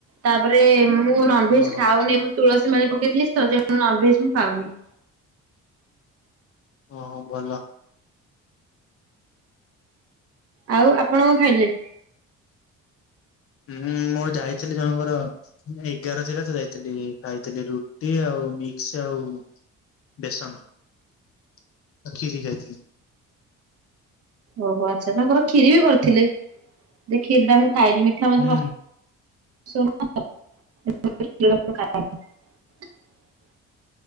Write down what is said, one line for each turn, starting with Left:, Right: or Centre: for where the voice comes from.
Right: ତାପରେ ମୁଁ ନନଭେଜ
Left: ଓହୋ
Right: ଖାଉନି, ମୁଁ ତୁଳସୀ ମାଳି ପକେଇଥିଲି <unintelligible> ନନଭେଜ ମୁଁ ଖାଉନି।
Left: ହଁ ହଉ ଭଲ।
Right: ଆଉ ଆପଣ କଣ ଖାଇଲେ?
Left: ହୁଁ ମୁଁ ଯାଇଥିଲି ଜଣଙ୍କର ଏଗାର ଥିଲା ତ ଯାଇଥିଲି, ଖାଇଥିଲି ରୁଟି ଆଉ ମିକ୍ସ ଆଉ ବେସନ ଆଉ ଖିରି ଖାଇଥିଲି।
Right: ଓହୋ ଆଚ୍ଛା ତାଙ୍କର କ୍ଷିରି ବି କରିଥିଲେ, ଯେ କ୍ଷୀରିଟା ମୁଁ ଖାଇଲିନି ମିଠା ମତେ
Left: ହୁଁ
Right: ପ <unintelligible>